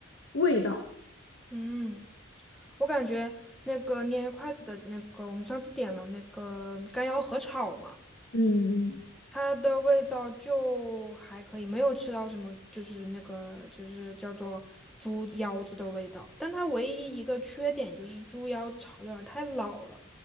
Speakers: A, on the left; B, in the centre.
A: 味道。
B: 嗯，我感觉那个捏筷子的那个，我们上次点了那个干腰合炒嘛。
A: 嗯
B: 它的味道就还可以，没有吃到什么，就是那个就是叫做猪腰子的味道。但它唯一一个缺点就是猪腰子炒的有点儿太老了。